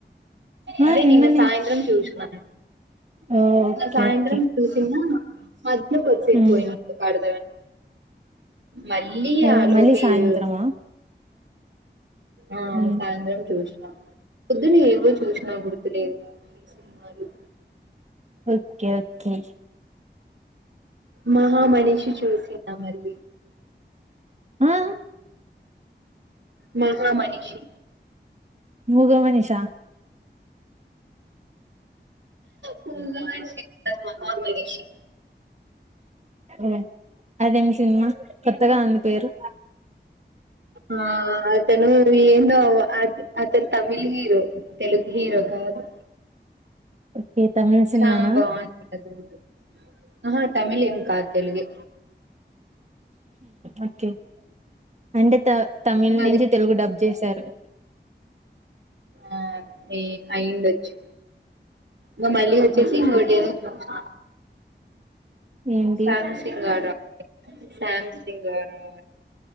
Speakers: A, on the right; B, on the right.
A: ఆ
B: అదే
A: నిన్ననే
B: ని సాయంత్రం ష
A: ఓ ఓకే
B: సాయంత్రం
A: ఓకే
B: చూసిన మధ కొ వచ్చే
A: ఉమ్
B: పోయి కాడద మల్లి
A: ఓ
B: ఆలో
A: మళ్ళీ
B: పేరు
A: సాయంత్రమా
B: ఆ
A: ఉమ్
B: సాయంత్రం చూసిన పొద్దున ఏవో చూసినా గుర్తులేదు ఈ సినిమాలు
A: ఓకే ఓకే
B: మహామనిషి చూసిన మళ్
A: ఆ
B: మీరుగు మనిషి
A: మూగ మనిష
B: పగా మహా మనిషి
A: ఓ అదేమి సినిమా కొత్తగా ఉంది పేరు
B: ఆ అతను ఏను అతను తమిళ్ హీరో తెలుగు హీరో కాదు
A: ఓకే తమిళ్ సినిమానా
B: చాలా బాగుంది ఆ తమిళ ఏం కా తెలుగు
A: ఓకే అండ త తమిళ్
B: అది
A: నుంచి తెలుగు డబ్బు చేశారు
B: ఆ ఏ అయింద వచ్చు మా మళ వచ్చ
A: ఓకే
B: సింగ్టినే చ
A: ఏంటి
B: శ్యామసిన్సిన్గరై